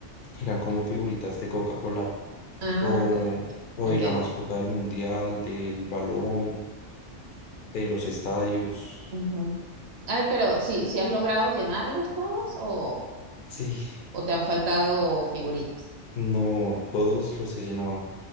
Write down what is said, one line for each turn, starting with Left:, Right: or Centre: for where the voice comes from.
Left: eran como figuritas de Coca-Cola.
Right: Ah,
Left: o,
Right: ya,
Left: o
Right: entiendo.
Left: de la mascota del mundial, del balón, de los estadios.
Right: Ujú. Ay, pero sí, ¿sí has logrado llenarlos todos o,
Left: Sí,
Right: o te han faltado figuritas?
Left: no, todos los he llenado.